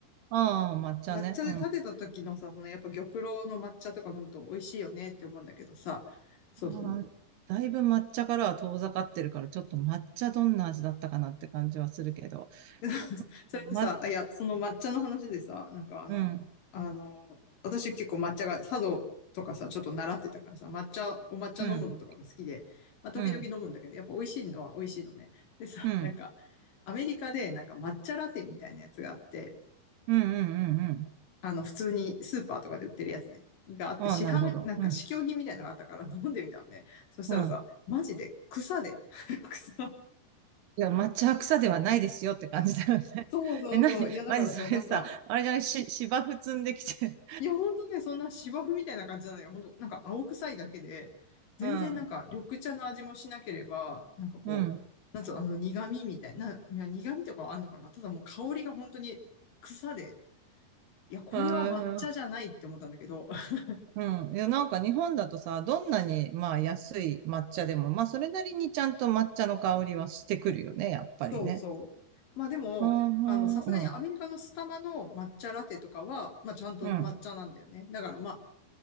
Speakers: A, on the right; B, on the left.
A: ああ、抹茶ね、
B: 抹茶で立てた時のさ、
A: うん。
B: そのやっぱ玉露の抹茶とか飲むと美味しいよねって思うんだけどさ、そうそう。
A: あーだいぶ抹茶からは遠ざかってるから、ちょっと抹茶どんな味だったかなって感じはするけど、
B: <laughs> それでさ、
A: ま、
B: あいや、その抹茶の話でさ、なんかあの、
A: うん、
B: あの、私結構抹茶が、茶道とかさ、ちょっと習ってたからさ、抹茶、お抹茶飲むのとかが好きで、
A: うん、
B: まあ、時々飲むんだけど、
A: うん、
B: やっぱ美味しいのは美味しいのね。でさ、
A: うん、うん、
B: なんか、アメリカでなんか抹茶ラテみたいなやつがあって、
A: うん、うん、うん。
B: あの、普通にスーパーとかで売ってるやつね、があって、
A: ああ、
B: 市販、
A: なるほど。
B: なんか試供品みたいなのがあったから飲んでみたんで、
A: うん、
B: そしたらさ、
A: うん。
B: マジで草で、<laughs> 草。
A: いや、抹茶は草ではないですよって感じだよね。<laughs>
B: そうそうそう。
A: え、なに、<laughs>
B: いや、だからさ、
A: マジそれさ、
B: なんか、
A: あれじゃない、し、芝生積んできて。
B: いや、ほんとね、そんな芝生みたいな感じじゃないよ。ほんと、なんか青臭いだけで、全然なんか緑茶の味もしなければ、
A: <laughs> うん、
B: なんかこう、
A: うん。
B: なんつうの、あの苦味みたいな、いや苦味とかはあんのかなただもう香りが本当に草で、いや、これは抹茶じゃないって思ったんだけど、
A: あー
B: <laughs>
A: うん。いや、なんか日本だとさ、どんなに、まあ、安い抹茶でも、まあ、それなりにちゃんと抹茶の香りはしてくるよね、やっぱりね。
B: そうそう。まあでも、
A: うん、
B: あの、さすがにアメリカのスタバの抹茶ラテとかは、
A: うん、うん。
B: まあちゃんと抹茶なんだよね。
A: うん
B: だからまあ、